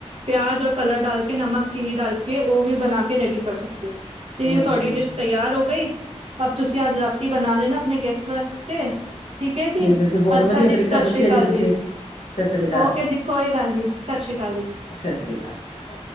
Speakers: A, on the right (about 60°); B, on the left (about 70°).
A: ਪਿਆਜ ਔਰ ਕਲਰ ਡਾਲ ਕੇ, ਨਮਕ ਚੀਨੀ ਡਾਲ ਕੇ, ਉਹ ਵੀ ਬਣਾ ਕੇ ਰੈਡੀ ਕਰ ਸਕਦੇ ਹੋ।
B: ਅੱਛਾ
A: ਤੇ ਤੁਹਾਡੀ ਡਿਸ਼ ਤਿਆਰ ਹੋ ਗਈ, ਅਬ ਤੁਸੀਂ ਅੱਜ ਰਾਤੀ ਬਣਾ ਲੈਣਾ। ਆਪਣੇ ਗੈਸਟ ਵਾਸਤੇ ਠੀਕ ਐ ਜੀ,
B: ਠੀਕ ਹੈ ਬਹੁਤ
A: ਅੱਛਾ
B: ਵਧੀਆ
A: ਜੀ
B: ਤਰੀਕਾ
A: ਸਸ
B: ਦੱਸਿਆ
A: ਰੀ ਅਕਾਲ ਜੀ।
B: ਤੁਸੀਂ ਸਤਿ ਸ੍ਰੀ ਅਕਾਲ
A: ਓਕੇ ਜੀ ਕੋਈ ਗੱਲ ਨੀ, ਸਤਿ ਸ਼੍ਰੀ ਅਕਾਲ ਜੀ।
B: ਸਸ ਰੀ ਕਾਲ ਜੀ।